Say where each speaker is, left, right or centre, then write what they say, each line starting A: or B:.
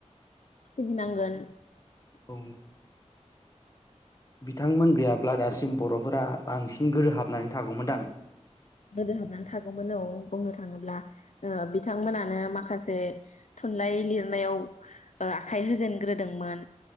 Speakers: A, on the left (about 75°); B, on the left (about 30°).
A: सिबिंनि नांगोन
B: औ बिथांमोन गैयाब्ला दासिम बर'फोरा बांसिन गोहो हाबनानै थागौमोनदां
A: गोदो हाबनानै थागौमोन औ बुंनो थाङोब्ला बिथांमोनानो माखासे थुनलाइ लिरनायाव आखाइ होजेनग्रोदोंमोन